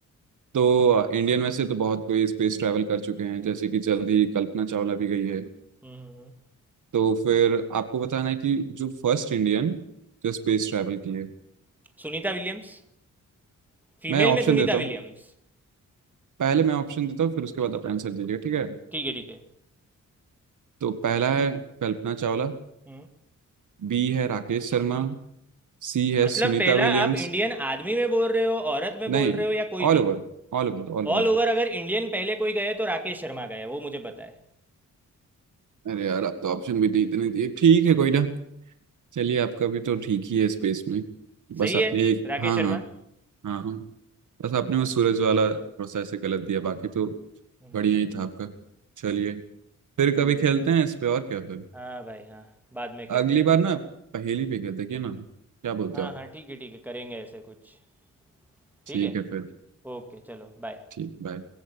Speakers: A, on the right (about 70°); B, in the centre.
A: तो इंडियन में से तो बहुत कोई स्पेस ट्रैवल कर चुके हैं जैसे कि जल्द ही कल्पना चावला भी गई है
B: हम्म हम्म, हम्म।
A: तो फिर आपको बताना है कि जो फर्स्ट इंडियन जो स्पेस ट्रैवल की है
B: सुनीता विलियम्स फीमेल
A: मैं ऑप्शन
B: में सुनीता
A: देता हूँ
B: विलियम्स
A: पहले मैं ऑप्शन देता हूँ फिर उसके बाद आप आंसर दीजिएगा ठीक है
B: ठीक है ठीक है
A: तो पहला है कल्पना चावला
B: हम्म
A: बी है राकेश शर्मा सी है
B: मतलब
A: सुनीता
B: पहला
A: विलियम्स
B: आप इंडियन आदमी में बोल रहे हो औरत में
A: नहीं
B: बोल रहे हो या कोई
A: All
B: भी
A: over All over all over
B: ऑल ओवर अगर इंडियन पहले कोई गए तो राकेश शर्मा गए वो मुझे पता है
A: अरे यार आप तो ऑप्शन भी नहीं इतने दिए ठीक है कोई ना चलिए आपका भी तो ठीक ही है स्पेस में बस
B: सही
A: आपने
B: है
A: एक
B: राकेश
A: हाँ
B: शर्मा
A: हाँ हाँ हाँ बस आपने
B: हाँ,
A: वो सूरज वाला थोड़ा सा ऐसे गलत दिया
B: हम्म,
A: बाकी तो
B: हम्म,
A: बढ़िया
B: हम्म, हम्म।
A: ही था आपका चलिए फिर
B: ठीक
A: कभी खेलते
B: है चलो
A: हैं इस पे और क्या फिर
B: हाँ भाई हाँ बाद में खेलते
A: अगली
B: हैं अभी
A: बार ना पहेली पे खेलते हैं, क्या ना क्या बोलते
B: हाँ
A: हो आप
B: हाँ ठीक है ठीक है करेंगे ऐसे कुछ ठीक
A: ठीक
B: है
A: है फिर
B: ओके चलो बाय
A: ठीक बाय